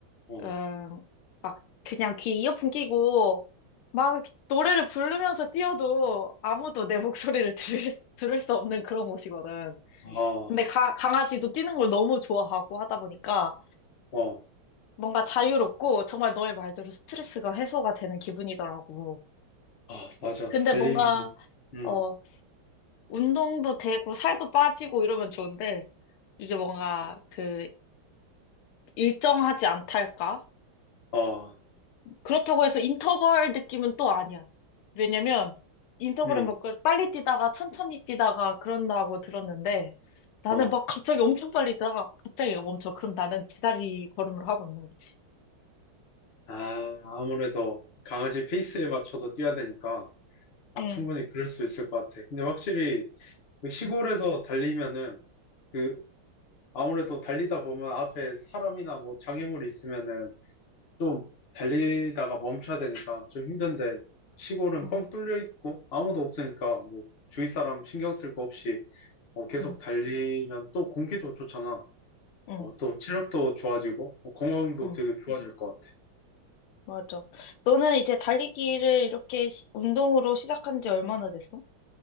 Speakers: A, on the left; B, on the left.
A: 어,
B: 음, 막 그냥 귀 이어폰 끼고 막 노래를 부르면서 뛰어도 아무도 내 목소리를 들을, 수- 들을 수 없는 그런 곳이거든.
A: 아,
B: 근데 가- 강아지도 뛰는 걸 너무 좋아하고 하다 보니까
A: 어,
B: 뭔가 자유롭고 정말 너의 말대로 스트레스가 해소가 되는 기분이더라고.
A: 아, 맞아.
B: 근데
A: 달리면은,
B: 뭔가
A: 음,
B: 어, 운동도 되고 살도 빠지고 이러면 좋은데 이게 뭔가 그 일정하지 않달까?
A: 아,
B: 그렇다고 해서 인터벌 느낌은 또 아니야. 왜냐면 인터벌은
A: 음.
B: 막 빨리 뛰다가 천천히 뛰다가 그런다고 들었는데 나는
A: 어,
B: 막 갑자기 엄청 빨리 뛰다가 갑자기 얘가 멈춰. 그럼 나는 제다리 걸음을 하고 있는 거지.
A: 아, 아무래도 강아지 페이스에 맞춰서 뛰어야 되니까 어,
B: 응,
A: 충분히 그럴 수 있을 것 같아. 근데 확실히 그 시골에서
B: 응,
A: 달리면은 그 아무래도 달리다 보면 앞에 사람이나 뭐 장애물이 있으면은 좀 달리다가 멈춰야 되니까 좀 힘든데 시골은
B: 응,
A: 뻥 뚫려 있고 아무도 없으니까 뭐 주위 사람 신경 쓸 거 없이 어, 계속
B: 응,
A: 달리면 또 공기도 좋잖아.
B: 응,
A: 어, 또 체력도 좋아지고 뭐 건강도
B: 응.
A: 되게 좋아질 것 같아.
B: 맞아. 너는 이제 달리기를 이렇게 시- 운동으로 시작한 지 얼마나 됐어?